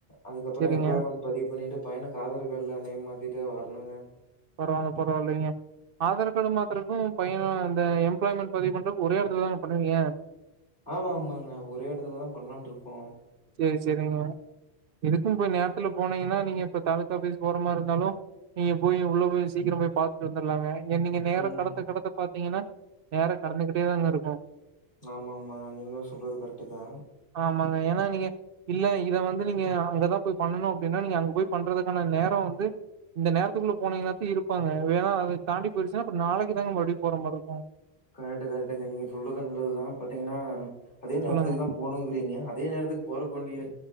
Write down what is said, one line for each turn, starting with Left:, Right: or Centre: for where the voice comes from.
Left: அதுக்கப்பற
Right: சேரிங்க
Left: எம்ப்ளாய்மெண்ட் பதிவு பண்ணிட்டு பையனுக்கு ஆதார் கார்டுல நேம் மாத்திட்டு வரணுங்க
Right: பரவாயில்ல பரவாயில்லைங்க ஆதார் கார்டு மாத்றதுக்கு பையனோ இந்த எம்ப்ளாய்மெண்ட் பதிவு பண்றதுக்கு ஒரே எடத்துலதான பண்ணுவீங்க
Left: ஆமா ஆமாங்க ஒரே எடத்துலதா பண்லான்னு இருக்கோ
Right: சேரி சேரிங்க எதுக்கு போய் நேரத்துல போனீங்கன்னா நீங்க இப்ப தாலுகா ஆபீஸ் போற மாரி இருந்தாலு நீங்க போய் உள்ள போய் சீக்கிரம் போய் பாத்துட்டு வந்துற்லாங்க இங்க நீங்க நேரங்
Left: ம்.
Right: கடத்த கடத்த பாத்தீங்கன்னா நேரங் கடந்துகிட்டேதாங்க இருக்கு
Left: ஆமாமா நீங்களு சொல்றது கரெக்ட்டு தா
Right: ஆமாங்க ஏன்னா நீங்க இல்ல இத வந்து நீங்க அங்கதா போய் பண்ணணு அப்டின்னா நீங்க அங்க போய் பண்றதுக்கான நேர வந்து இந்த நேரத்துக்குள்ள போனீங்கன்னாத்தா இருப்பாங்க ஏன்னா அதத் தாண்டி போயிருச்சுன்னா அப்ப நாளைக்கி தாங்க மறுபடியு போற மாரி இருக்கு
Left: கரெக்ட்டு கரெக்ட்டுங்க நீங்க சொல்றது நல்லதுதா பாத்தீங்கனா அதே நேரத்துக்குதா
Right: சொல்லுங்க
Left: போணுங்கிறீங்க அ அதே நேரத்துக்கு போறக்கு வேண்டிய